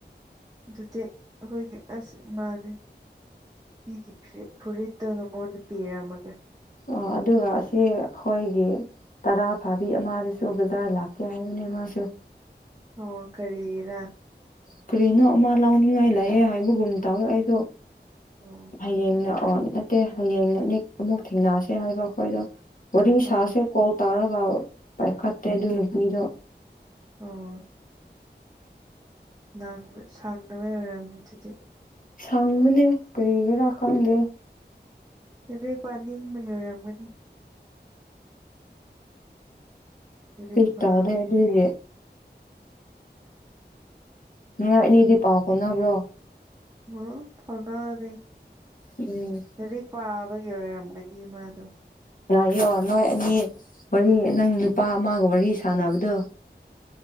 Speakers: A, on the right; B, on the left.
A: ꯑꯗꯨꯗꯤ ꯑꯩꯈꯣꯏꯒꯤ ꯑꯁ ꯏꯃꯥꯅꯦ ꯃꯤꯒꯤ ꯐ꯭ꯔꯤꯞ ꯐꯨꯔꯤꯠꯇꯣ ꯅꯪꯉꯣꯟꯗ ꯄꯤꯔꯝꯃꯒꯥ
B: ꯑꯣ ꯑꯗꯨꯒ ꯑꯁꯤ ꯍꯣꯏꯒꯤ ꯇꯔꯥ ꯐꯥꯕꯤ ꯑꯃꯥꯗꯨꯁꯨ ꯕꯖꯥꯔ ꯂꯥꯛꯀꯦ ꯍꯥꯏꯕꯅꯦ ꯃꯥꯁꯨ
A: ꯑꯣ ꯀꯔꯤꯒꯤꯔꯥ
B: ꯀꯔꯤꯅꯣ ꯑꯃꯥ ꯂꯥꯎꯅꯤꯡꯉꯥꯏ ꯂꯩꯥꯌꯦ ꯍꯥꯏꯕꯒꯨꯝ ꯇꯧꯋꯦ ꯑꯩꯗꯣ
A: ꯑꯣ
B: ꯍꯌꯦꯡꯅ ꯑꯣꯠ ꯅꯠꯇꯦ ꯍꯌꯦꯡ ꯅꯅꯤꯛ ꯑꯃꯨꯛ ꯊꯦꯡꯅꯥꯁꯦ ꯍꯥꯏꯕ ꯑꯩꯈꯣꯏꯗꯣ ꯋꯥꯔꯤ ꯁꯥꯥꯁꯦ
A: ꯑꯣ
B: ꯀꯣꯜ ꯇꯧꯔꯒ ꯄꯥꯏꯈꯠꯇꯦ ꯑꯗꯨ ꯅꯨꯄꯤꯗꯣ
A: ꯑꯣ ꯅꯪ ꯁꯪꯗꯕꯩ ꯑꯣꯏꯔꯝꯃꯤ ꯗꯨꯗꯤ
B: ꯁꯪꯕꯅꯦ ꯀꯔꯤꯒꯤꯔꯥ ꯈꯪꯗꯦ
A: ꯂꯔꯤꯛ ꯄꯥꯅꯤꯡꯕꯒꯤ ꯑꯣꯏꯔꯝꯒꯅꯤ ꯂꯥꯏꯔꯤꯛ
B: ꯑꯩ
A: ꯄꯥꯕꯒꯤ
B: ꯇꯧꯗꯦ ꯑꯗꯨꯒꯤ ꯅꯣꯏ ꯑꯅꯤꯗꯤ ꯄꯥꯎ ꯐꯥꯎꯅꯕ꯭ꯔꯣ
A: ꯍꯨꯝ ꯐꯥꯎꯅꯗꯦ
B: ꯎꯝ
A: ꯂꯥꯔꯤꯛ ꯄꯥꯕꯒꯤ ꯑꯣꯏꯔꯝꯒꯅꯤ ꯃꯥꯗꯣ
B: ꯉꯥꯏꯌꯣ ꯅꯣꯏ ꯑꯅꯤ ꯋꯥꯔꯤ ꯅꯪ ꯅꯨꯄꯥ ꯑꯃꯥꯒ ꯋꯥꯔꯤ ꯁꯥꯟꯅꯕꯗꯨ